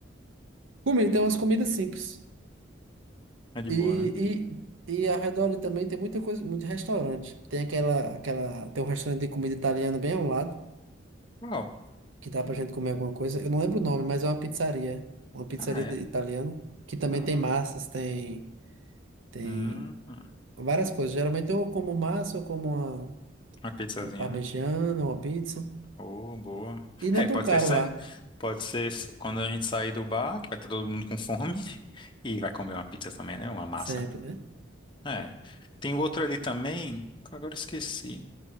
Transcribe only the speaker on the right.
Comida, tem umas comidas simples.
E,
e, e ao redor ali também tem muita coisa, muito restaurante. Tem aquela, aquela, tem um restaurante de comida italiana bem ao lado,
que dá pra gente comer alguma coisa. Eu não lembro o nome, mas é uma pizzaria. Uma pizzaria
de- italiana, que também
tem massas, tem Tem
várias coisas. Geralmente eu como massa, eu como uma,
uma parmegiana,
uma pizza.
E não
é
tão caro
lá,
sempre, né?